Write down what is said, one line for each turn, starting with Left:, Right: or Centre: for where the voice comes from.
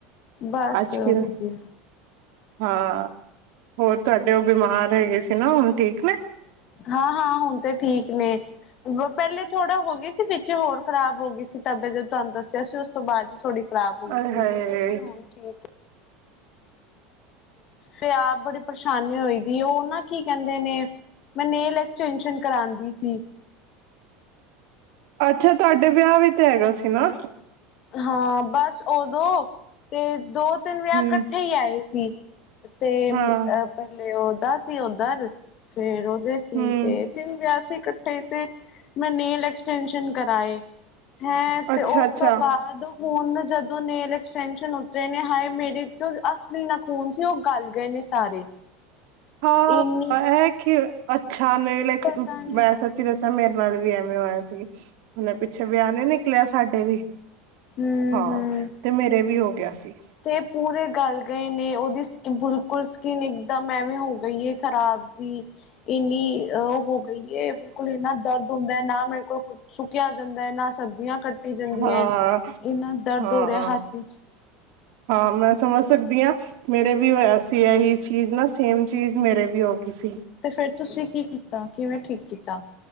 Left: ਬਸ
Right: ਅੱਜ
Left: ਵਧੀਆ
Right: ਕਿ ਹਾਂ, ਹੋਰ ਤੁਹਾਡੇ ਉਹ ਬਿਮਾਰ ਹੈਗੇ ਸੀ, ਨਾ ਹੁਣ ਠੀਕ ਨੇ?
Left: ਹਾਂ-ਹਾਂ ਹੁਣ ਤੇ ਠੀਕ ਨੇ। ਪਹਿਲੇ ਥੋੜਾ ਹੋ ਗਈ ਸੀ, ਵਿੱਚੋ ਹੋਰ ਖਰਾਬ ਹੋ ਗਈ ਸੀ ਤਬੀਅਤ, ਜਦੋਂ ਤੁਹਾਨੂੰ ਦੱਸਿਆ ਸੀ ਉਸ ਤੋਂ ਬਾਅਦ ਥੋੜੀ। ਖਰਾਬ ਹੋਈ
Right: ਆਏ
Left: ਸੁ
Right: ਹਾਏ
Left: ਪਰ ਹੁਣ ਠੀਕ ਤੇ ਆਪ ਬੜੀ ਪਰੇਸ਼ਾਨੀ ਹੋਈ। ਦੀ ਉਹ ਨਾ ਕੀ ਕਹਿੰਦੇ ਨੇ, ਮੈਂ ਨੇਲ ਐਕਸਟੈਂਸ਼ਨ ਕਰਾਉਂਦੀ ਸੀ।
Right: ਅੱਛਾ ਤੁਹਾਡੇ ਵਿਆਹ ਵੀ ਤੇ ਹੈਗਾ ਸੀ ਨਾ।
Left: ਹਾਂ ਬਸ ਔਦੋ ਤੇ ਦੋ ਤਿੰਨ ਵਿਆ
Right: ਹੂੰ
Left: ਕੱਠੇ ਹੀ ਆਏ ਸੀ। ਤੇ ਅ
Right: ਹਾਂ
Left: ਪਹਿਲੇ ਉਹ ਤਾ ਸੀ ਔਧਰ ਫੇਰ ਔ ਦੇ ਸੀ
Right: ਹੂੰ
Left: ਤੇ ਤਿੰਨ ਵਿਆ ਫੇਰ ਕੱਟੇ ਤੇ ਮੈਂ ਨੇਲ ਐਕਸਟੈਂਕਸ਼ਨ ਕਰਾਏ। ਹੈਂ ਤੇ
Right: ਅੱਛਾ
Left: ਔਸ
Right: ਅੱਛਾ
Left: ਤੋਂ ਬਾਅਦ ਹੁਣ ਮੈਂ ਜਦੋਂ ਨੇਲ ਐਕਸਟੈਂਸ਼ਨ ਉਤਰੇ ਨੇ ਹਾਏ ਮੇਰੇ ਤੋਂ ਅਸਲੀ ਨਾਖੂਨ ਸੀ ਔ ਗਲ ਗਏ ਨੇ ਸਾਰੇ।
Right: ਹਾਂ,
Left: ਇੰਨੀ
Right: ਐ ਹੈ ਕਿ ਅੱ ਛਾ ਨੇਲ ਐ
Left: ਪਤਾ
Right: ਕੇ
Left: ਨੀ
Right: ਮੈਂ ਸੱਚੀ ਦ ਤ ਮੇਰੇ ਨਾਲ ਵੀ ਐਵੇਂ ਹੋਇਆ ਸੀ। ਹੁਣੇ ਪਿੱਛੇ ਵਿਆ ਨੀ ਨਿਕਲਿਆ ਸਾਡੇ ਵੀ
Left: ਹੂੰ-ਹੂੰ
Right: ਹਾਂ ਤੇ ਮੇਰੇ ਵੀ ਹੋ ਗਿਆ ਸੀ।
Left: ਤੇ ਪੂਰੇ ਗੱਲ ਗਏ ਨੇ ਔ ਦਿਸ ਬਿਲਕੁਲ ਸਕਿਨ ਇੱਕਦਮ ਐਵੇਂ ਹੋ ਗਈ ਏ ਖ਼ਰਾਬ ਜੀ ਏਨੀ <unintelligible> ਗਈ ਏ ਬਿਲਕੁਲ ਇੰਨਾ ਦਰਦ ਦੁੰਦਾ ਐ। ਨਾ ਮੇਰੇ ਕੋਲ ਕੁਛ ਸੁੱਕਿਆ ਜਾਂਦਾ ਹੈ ਨਾ ਸਬਜ਼ੀਆਂ ਕੱ ਟੀ ਜਾਂਦੀਐਂ
Right: ਹਾਂ
Left: ਏਨਾ ਦਰਦ
Right: ਹਾਂ
Left: ਹੋ ਰਿਐ ਹੱਥੀ ਇੱਚ
Right: ਹਾਂ ਮੈਂ ਸਮਝ ਸਕਦੀ ਆਂ। ਮੇਰੇ ਵੀ ਹੋਇਆ ਸੀ ਐਹੀ ਚੀਜ਼ ਨਾ, ਸੇਮ ਚੀਜ਼ ਮੇਰੇ ਵੀ ਹੋ ਗਈ ਸੀ
Left: ਤੇ ਫੇਰ ਤੁਸੀ ਕੀ ਕੀਤਾ? ਕਿਵੇਂ ਠੀਕ ਕੀਤਾ?